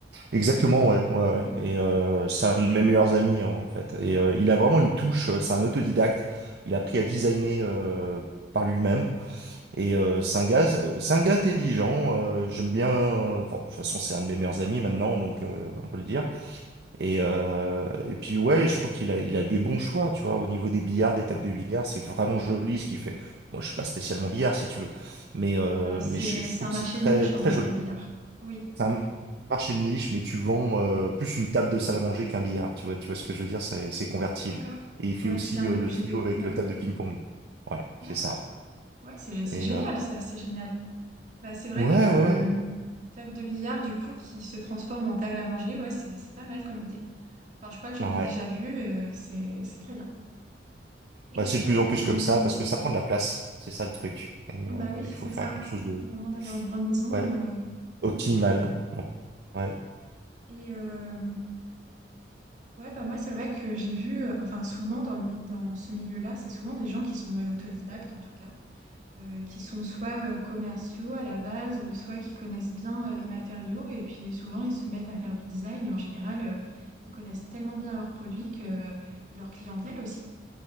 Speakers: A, on the right; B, on the right.
A: Exactement, ouais, ouais, ouais.
B: Hmm.
A: Et euh, c'est un de mes meilleurs amis hein, en fait. Et euh, il a vraiment une touche, euh, c'est un autodidacte. Il a appris à designer
B: Oui.
A: euh, par lui-même. Et euh, c'est un gars, c'est un gars intelligent. euh, j'aime bien. enfin, de toute façon, c'est un de mes meilleurs amis maintenant, donc euh, on peut le dire. Et, euh, et puis ouais, je trouve qu'il a, il a des bons choix, tu vois, au niveau des billards, des tables de billard, c'est vraiment joli ce qu'il fait. Moi, je suis pas spécialement billard, si tu veux, mais euh,
B: Bah, c'est,
A: mais je, je
B: c'est
A: trouve
B: un
A: que
B: marché
A: c'est très
B: de niche
A: très
B: en même
A: joli.
B: temps, le billard. Oui,
A: C'est
B: hmm.
A: un marché de niche, mais tu vends euh, plus une table de salle à manger qu'un billard, tu vois, tu vois ce que je veux dire, c'est c'est convertible.
B: D'accord.
A: Et il fait
B: Ouais,
A: aussi
B: c'est un
A: euh,
B: objet
A: le trio
B: dé-
A: avec
B: D'accord.
A: euh, table de ping-pong. Ouais,
B: D'accord.
A: c'est ça.
B: Ouais, c'est, c'est
A: Et
B: génial
A: euh,
B: ça, c'est génial. Bah, c'est vrai
A: ouais,
B: que
A: ouais,
B: Table de billard, du coup, qui se transforme en table à manger, ouais, c'est c'est pas mal comme idée. Enfin, je crois que j'en
A: ouais. Ouais.
B: ai déjà vu, euh, c'est c'est très bien. Et
A: Bah, c'est de
B: euh,
A: plus en plus comme
B: hmm,
A: ça parce que ça prend de la place, c'est ça le truc. Et
B: bah
A: euh,
B: oui, c'est
A: il faut faire
B: ça,
A: quelque chose de
B: vraiment d'avoir une grande maison.
A: ouais
B: euh,
A: optimal.
B: hmm.
A: Ouais.
B: et euh, ouais, bah moi, c'est vrai que j'ai vu, euh, enfin, souvent dans le, mi- dans ce milieu-là, c'est souvent des gens qui sont autodidactes en tout cas. euh, qui sont soit euh, commerciaux à la base, euh, soit qui connaissent bien euh, les matériaux. Et puis souvent, ils se mettent à faire du design. Et en général, euh, ils connaissent tellement bien leurs produits que, euh, et leur clientèle aussi.